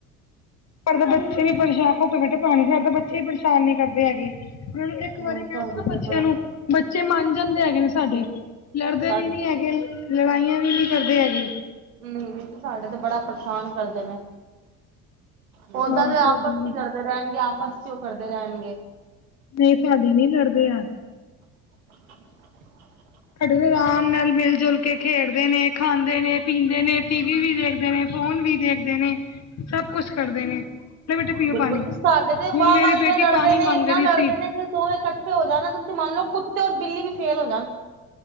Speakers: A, on the left (about 35°); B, on the right (about 70°).
A: ਪਰ ਤਾਂ ਬੱਚੇ ਵੀ ਪਰੇਸ਼ਾਨ ਘੁਪੇ ਬੈਠੇ ਪਾਣੀ ਫ ਬੱਚੇ ਵੀ ਪਰੇਸ਼ਾਨ ਨੀ ਕਰਦੇ ਹੈਗੇ ਨਾਲੇ ਇੱਕ ਵਾਰੀ
B: ਨਹੀਂ
A: ਕਹਿ
B: ਸਾਡੇ
A: ਦੋ ਨਾ ਬੱਚਿਆਂ
B: ਤੇ ਬੜਾ
A: ਨੂੰ ਬੱਚੇ ਮੰਨ ਜਾਂਦੇ ਹੈਗੇ ਨੇ ਸਾਡੇ। ਲੜਦੇ
B: ਸਾਡੇ
A: ਵੀ ਨਹੀਂ ਹੈਗੇ, ਲੜਾਈਆਂ ਵੀ ਨਹੀਂ ਕਰਦੇ ਹੈਗੇ।
B: ਨਹੀਂ- ਨਹੀਂ ਤੇ ਸਾਡੇ ਤੇ ਬੜਾ ਪਰੇਸ਼ਾਨ ਕਰਦੇ ਨੇ। ਉਓਦਾਂ
A: ਹਾਂ
B: ਦੇ ਆਪਸ
A: ਸਾਡੇ
B: ਚ ਲੜਦੇ ਰਹਿਣਗੇ, ਆਪਸ ਚ ਉਹ ਕਰਦੇ ਰਹਿਣਗੇ।
A: ਨਹੀਂ ਸਾਡੇ ਨਹੀਂ ਲੜਦੇ ਆ।
B: <inaudible>
A: ਸਾਡੇ ਤੇ ਅਰਾਮ ਨਾਲ ਮਿਲ ਜੁਲ ਕੇ ਖੇਡਦੇ ਨੇ, ਖਾਂਦੇ ਨੇ ਪੀਂਦੇ ਨੇ, ਟੀ ਵੀ ਵੀ ਦੇਖਦੇ ਨੇ। ਫੋਨ ਵੀ ਦੇਖਦੇ ਨੇ, ਸਭ ਕੁਛ ਕਰਦੇ ਨੇ। ਲੈ ਬੇਟੇ ਪੀਓ
B: ਬਿਲਕੁਲ
A: ਪਾਣੀ।
B: ਜੀ ਸਾਡੇ ਤੇ
A: ਹੁਣ
B: ਵਾਹ-ਵਾਹ
A: ਮੇਰੀ
B: ਇਨੇ
A: ਬੇਟੀ
B: ਲੜਦੇ
A: ਪਾਣੀ
B: ਨੇ,
A: ਮੰਗ
B: ਇੰਨਾ
A: ਰਹੀ
B: ਲੜਦੇ
A: ਸੀ।
B: ਨੇ ਜਦ ਦੋਵੇਂ ਇਕੱਠੇ ਹੋ ਜਾਣਾ ਤੁਸੀਂ ਮੰਨ ਲਓ ਕੁੱਤੇ ਔਰ ਬਿੱਲੀ ਵੀ ਫੇਲ ਹੋ ਜਾਣ।